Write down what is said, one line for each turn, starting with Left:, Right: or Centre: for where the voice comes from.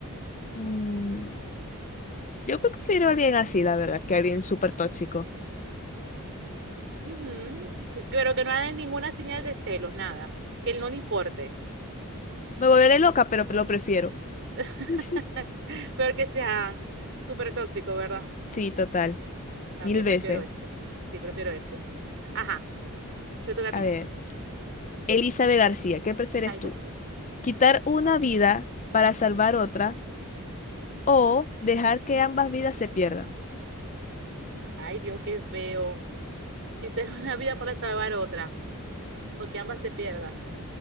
Left: Mm, Yo prefiero a alguien así, la verdad, que a alguien súper tóxico.
Right: Ujú, pe- Pero que no haga ninguna señal de celos, nada. Que él no le importe.
Left: Me volveré loca, pero lo prefiero.
Right: <laughs>
Left: <laughs>
Right: Pero que sea súper tóxico, ¿verdad?
Left: Sí, total.
Right: También
Left: Mil veces.
Right: prefiero ese. Sí, prefiero ese. Ajá, te toca a
Left: A
Right: ti.
Left: ver. Elizabeth García, ¿qué prefieres
Right: Ay,
Left: tú?
Right: Dios mío.
Left: ¿Quitar una vida para salvar otra o dejar que ambas vidas se pierdan?
Right: Ay, Dios, qué feo. Quitar una vida para salvar otra. O que ambas se pierdan.